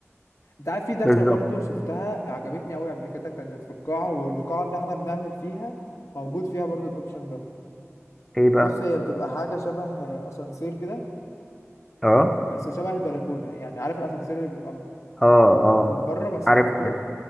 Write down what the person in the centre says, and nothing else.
بالظبط
ايه بقى
اه
اه اه
عارف
عارف